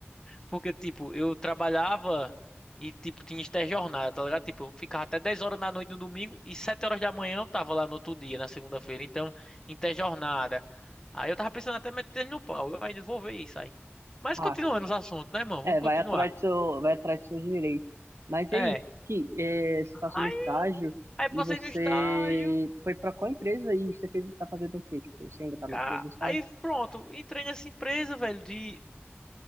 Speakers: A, on the left; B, on the right.
A: Porque, tipo, eu trabalhava e, tipo, tinha interjornada, tá ligado? Tipo, eu ficava até 10 horas da noite no domingo e 7 horas da manhã eu tava lá no outro dia, na segunda-feira. Então, interjornada. Aí eu tava pensando até meter eles no pau. Eu ainda vou ver isso aí. Mas
B: Ah,
A: continuando os assuntos, né, irmão?
B: é,
A: Vamos continuar.
B: vai atrás do seu, vai atrás dos seus direitos. Mas
A: É.
B: e aí, que, é, você passou
A: Aí,
B: no estágio
A: aí passei
B: e você
A: no estágio.
B: foi pra qual empresa e você fez, tá fazendo o quê? Tipo, você ainda tá
A: ca-
B: no mesmo estágio?
A: Aí pronto, entrei nessa empresa, velho, de